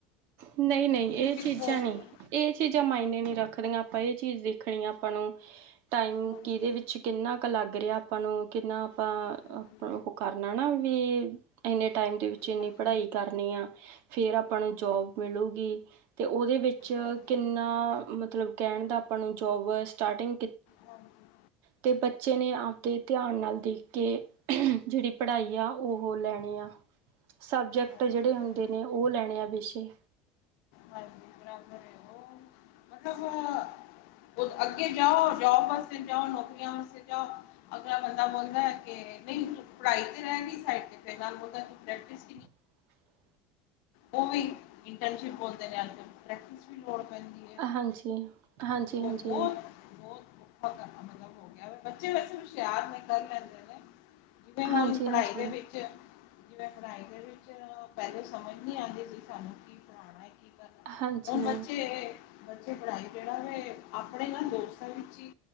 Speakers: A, on the right; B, on the left.
A: ਨਹੀਂ ਨਹੀਂ ਇਹ ਚੀਜ਼ਾਂ
B: ਕੋਰਸ
A: ਨਹੀਂ।
B: ਨੇ
A: ਇਹ ਚੀਜ਼ਾਂ ਮਾਇਨੇ ਨੀ ਰੱਖਦੀਆਂ ਆਪਾਂ ਇਹ ਚੀਜ਼ ਦੇਖਣੀ ਆ ਆਪਾਂ ਨੂੰ ਟਾਈਮ
B: ਹਾਂਜੀ
A: ਕਿਦੇ ਵਿੱਚ? ਕਿੰਨਾ ਕ ਲੱਗ ਰੇਆ ਆਪਾ ਨੂੰ, ਕਿੰਨਾ ਆਪਾ
B: ਹਾਂਜੀ
A: ਓ ਕਾਰਨੈ ਨਾ ਵੀ ਏਨੇ ਟਾਈਮ ਦੇ ਵਿੱਚ ਏਨੀ
B: ਹਾਂਜੀ
A: ਪੜਾਈ ਕਰਨੀ ਆ, ਫੇਰ ਆਪਾ ਨੂੰ ਜੋਬ ਮਿਲੁਗੀ। ਤੇ ਓਹਦੇ ਵਿੱਚ
B: ਹਾਂਜੀ ਹਾਂਜੀ
A: ਕਿੰਨਾ ਮਤਲਬ ਕਹਿਣ ਦਾ, ਆਪਾਂ ਨੂੰ ਜੋਬ ਵ ਸਟਾਰਟਿੰਗ
B: ਹਾਂਜੀ।
A: ਤੇ ਬੱਚੇ ਨੇ ਆਪਦੇ ਧਿਆਨ ਨਾਲ ਦੇਖ ਕੇ। <unintelligible> ਜੇਹੜੀ ਪੜ੍ਹਾਈ ਆ, ਓਹੋ ਲੈਣੀ ਆਂ। ਸਬਜੈਕਟ
B: ਹਾਂਜੀ
A: ਜਿਹੜੇ ਹੁੰਦੇ
B: ਸਰ,
A: ਨੇ ਉਹ ਲੈਣੇ ਆ ਵਿੇਸ਼ੇ।
B: ਹਾਂਜੀ <unintelligible> ਮਤਲਬ ਅੱਗੇ ਜਾਓ ਜੋਬ ਵਾਸਤੇ ਜਾਓ ਨੌਕਰੀਆਂ ਵਾਸਤੇ ਜਾਓ। ਅਗਲਾ ਬੰਦਾ ਬੋਲਦਾ ਕਿ ਨਹੀਂ ਪੜ੍ਹਾਈ ਤੇ ਰਹਿ ਗਈ ਸਡ ਤੇ ਤੂੰ ਪ੍ਰੈਕਟਿਸ?
A: <inaudible>
B: ਓਵੀ ਇੰਟਰਨਸ਼ਿਪ ਬੋਲਦੇ ਨੇ <unintelligible> ਪ੍ਰੈਕਟਿਸ ਵੀ ਲੋੜ ਪੈਂਦੀ
A: ਹਾਂਜੀ। ਹਾਂਜੀ,
B: ਮੁੂਮ
A: ਹਾਂਜੀ,
B: ਮਾਓ ਬਹੁਤ ਮਤਲਬ ਹੋ ਗਿਆ, ਬੱਚੇ ਵੈਸੇ ਹੁਸ਼ਿਆਰ ਨੇ ਕਰ ਲੈਂਦੇ ਨੇ। ਜਿਵੇਂ, ਹੁਣ
A: ਹਾਂਜੀ,
B: ਪੜ੍ਹਾਈ
A: ਹਾਂਜੀ।
B: ਦੇ ਵਿੱਚ। ਜਿਵੇਂ ਪੜ੍ਹਾਈ ਦੇ ਵਿੱਚ, ਪਹਿਲੇ ਸਮਝ ਨੀ ਆਉਂਦੀ ਸੀ ਸਾਨੂੰ, ਕਿ ਪੁੜ੍ਹਣਾ? ਕ
A: ਹਾਂਜੀ,
B: ਹੁਣ, ਬੱਚੇ- ਬੱਚੇ ਪੜ੍ਹਾਈ ਜਿਹੜਾ ਏ ਆਪਣੇ ਨਾ ਦੋਸਤਾਂ ਵਿੱਚ ਹੀ,